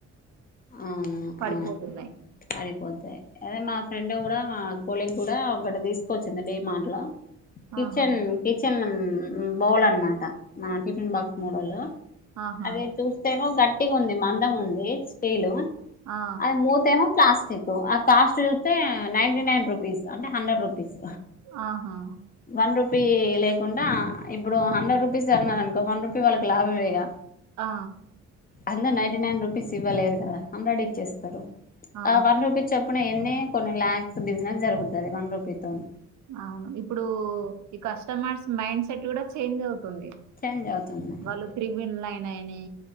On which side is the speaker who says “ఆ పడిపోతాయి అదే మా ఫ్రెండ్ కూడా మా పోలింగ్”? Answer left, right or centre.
Left